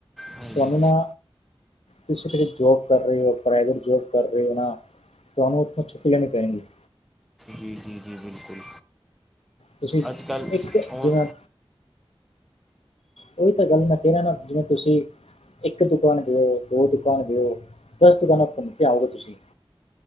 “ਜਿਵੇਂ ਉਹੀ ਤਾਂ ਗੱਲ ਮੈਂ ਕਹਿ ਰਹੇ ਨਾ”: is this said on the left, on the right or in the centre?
Left